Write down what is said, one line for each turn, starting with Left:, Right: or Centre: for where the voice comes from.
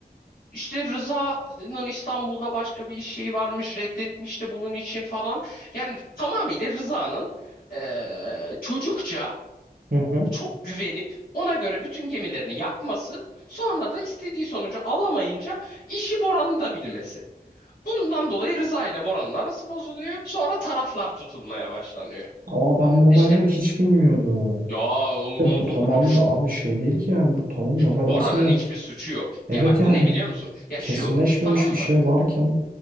Left: İşte Rıza'nın İstanbul'da başka bir iş şeyi varmış reddetmişti bunun için falan. Yani tamamıyla Rıza'nın eee, çocukça
Right: Hı hı.
Left: çok güvenip ona göre bütün gemilerini yakması sonra da istediği sonucu alamayınca işi Boran'ı da bilmesi. Bundan dolayı Rıza ile Bora'nın arası bozuluyor. Sonra taraflar tutulmaya başlanıyor.
Right: Ama ben bu
Left: İşte
Right: olayları hiç bilmiyordum.
Left: ya olmaz
Right: De bu tamamıyla
Left: olur mu?
Right: abi şey değil ki yani bu tamam laf
Left: Bora'nın
Right: edersin
Left: hiçbir suçu yok.
Right: Evet
Left: Ya bak
Right: yani
Left: bu ne biliyor musun? Ya
Right: kesinleşmemiş
Left: şu tamam mı?
Right: bir şey varken